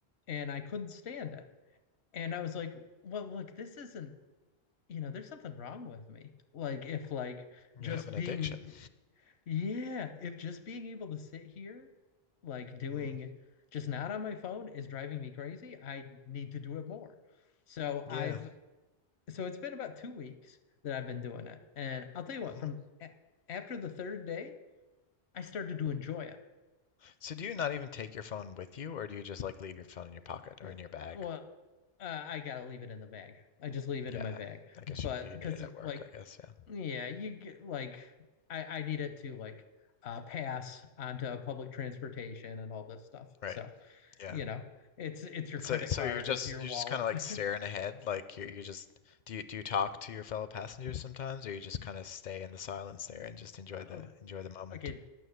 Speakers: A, on the left; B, on the left.
A: and I couldn't stand it. And I was like, well, look, this isn't, you know, there's something wrong with me. Like if like just
B: You have an
A: being
B: addiction.
A: yeah, if just being able to sit here, like doing
B: Mm,
A: just not on my phone is driving me crazy, I need to do it more. So
B: yeah.
A: I've so it's been about two weeks that I've been doing it. And I'll tell you what,
B: hmm
A: from a after the third day, I started to enjoy it.
B: So do you not even take your phone with you, or do you just like leave your phone in your pocket
A: Yeah,
B: or in your bag?
A: Well, uh, I gotta leave it in the bag. I just leave it
B: Yeah,
A: in my bag.
B: I
A: But
B: guess you, you
A: because
B: need it at work,
A: like
B: I guess. Yeah.
A: Yeah, you get like I I need it to like uh pass onto public transportation and all this stuff.
B: Right.
A: So,
B: Yeah.
A: you know, it's it's your
B: So
A: credit
B: so
A: card,
B: you're just
A: it's your
B: you're
A: wallet.
B: just kind of like staring
A: <laughs>
B: ahead, like you you just do you do you talk to your fellow passengers sometimes, or you just kind of stay in the silence there and just enjoy the
A: Oh,
B: enjoy the moment?
A: okay,